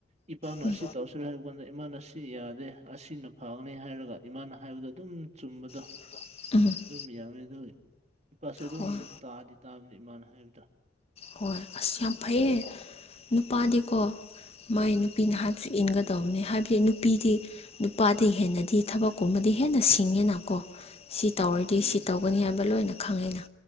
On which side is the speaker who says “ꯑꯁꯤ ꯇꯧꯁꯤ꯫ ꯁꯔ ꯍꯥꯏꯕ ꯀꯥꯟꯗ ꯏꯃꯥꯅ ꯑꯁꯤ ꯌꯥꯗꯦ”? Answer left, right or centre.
Right